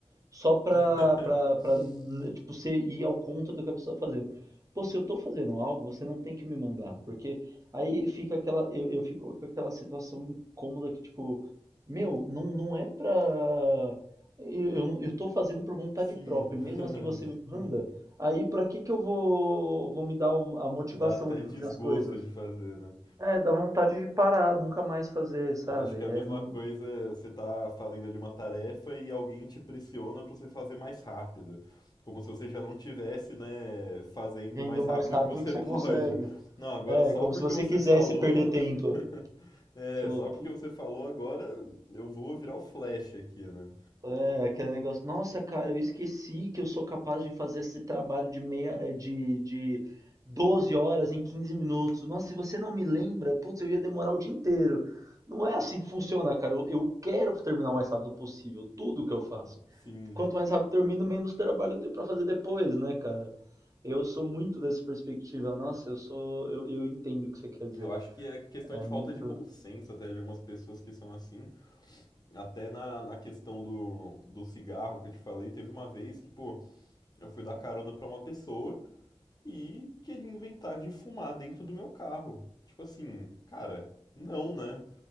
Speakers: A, on the right; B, on the left.
A: Só pra,
B: <laughs>
A: pra, pra, n- tipo, você ir ao contra do que a pessoa tá fazendo. Pô, se eu tô fazendo algo, você não tem que me mandar, porque aí fica aquela, eu, eu fico com aquela situação incômoda que, tipo, meu, não, não é pra... Eu, eu, não- eu tô fazendo por vontade
B: Sim,
A: própria,
B: <laughs>
A: e mesmo assim você me manda, aí pra que que eu vou, vou me dar o- a motivação
B: dá até
A: de fazer
B: desgosto
A: as coisas?
B: de fazer, né?
A: É, dá vontade de parar, nunca mais fazer, sabe?
B: Acho que é
A: É
B: a mesma
A: mu-
B: coisa, você tá fazendo ali uma tarefa e alguém te pressiona pra você fazer mais rápido. Como se você já não tivesse, né, fazendo
A: indo
B: mais rápido
A: mais rápido
B: que você
A: que você
B: <laughs> pode.
A: consegue.
B: Não, agora
A: É,
B: só
A: como
B: porque
A: se você
B: você
A: quisesse
B: falou.
A: perder tempo.
B: <laughs> É,
A: Falou,
B: só porque você falou agora eu vou virar o Flash aqui, né?
A: É, aquele negócio, nossa, cara, eu esqueci que eu sou capaz de fazer esse trabalho de meia, eh, de, de 12 horas em 15 minutos. Nossa, se você não me lembra, putz, eu ia demorar o dia inteiro. Não é assim que funciona, cara. Eu, eu quero terminar o mais rápido possível, tudo que eu faço.
B: Sim.
A: Quanto mais rápido eu termino, menos trabalho eu tenho pra fazer depois, né, cara? Eu sou muito dessa perspectiva. Nossa, eu sou, eu, eu entendo o que você quer dizer.
B: Eu acho que é questão
A: É
B: de
A: muito.
B: falta de bom senso até de algumas pessoas que são assim. Até na, na questão do, do cigarro que eu te falei, teve uma vez que, pô, eu fui dar carona pra uma pessoa. e queria inventar de fumar dentro do meu carro. Tipo assim, cara, não, né?